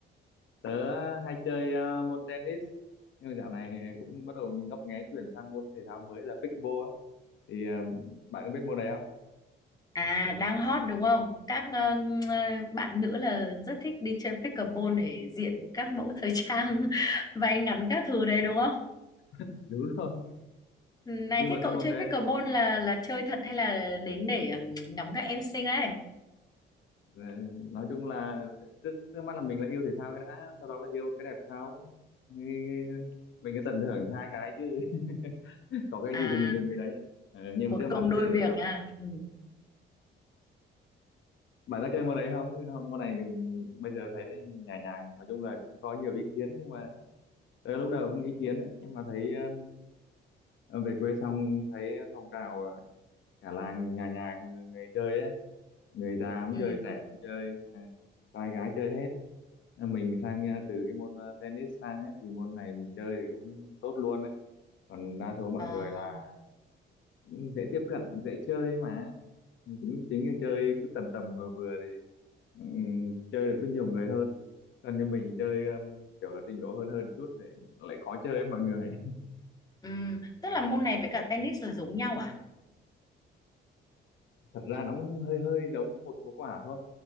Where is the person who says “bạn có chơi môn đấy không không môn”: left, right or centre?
Left